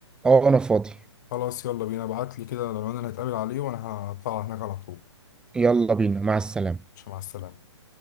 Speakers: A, in the centre; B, on the left.
A: أه أنا فاضي
B: خلاص يلا بينا ابعت لي كده لو انا هنتقابل عليه وانا هطلع هناك على طول
A: يلا بينا مع السلامة
B: مش مع السلامه